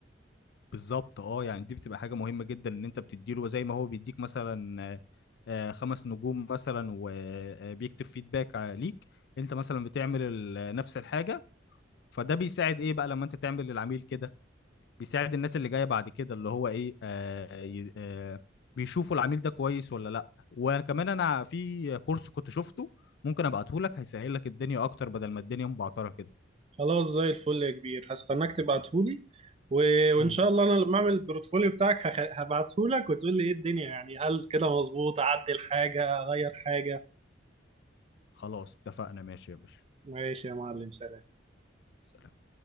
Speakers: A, on the left; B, on the right.
A: بالظبط اه يعني دي بتبقى حاجة مهمة جدا ان انت بتديله زي ما هو بيديك مثلا آه آه، خمس نجوم مثلا وبيكتب فيدباك ليك انت مثلا بتعمل ال- نفس الحاجة فده بيساعد ايه بقى لما انت تعمل للعميل كده بيساعد الناس اللي جايه بعد كده اللي هو ايه آه ي- آه بيشوفوا العميل ده كويس ولا لا وكمان انا في كورس كنت شفته ممكن ابعته لك هيسهل لك الدنيا اكتر بدل ما الدنيا مبعتره كده
B: خلاص زي الفل يا كبير هستناك تبعتهولي و... وان
A: مم.
B: شاء الله انا لما اعمل البورتفوليو بتاعك هخ... هبعتهولك وتقول لي ايه الدنيا يعني هل كده مظبوط اعدل حاجة اغير حاجة
A: خلاص اتفقنا ماشي يا باشا
B: ماشي يا معلم سلام
A: سلام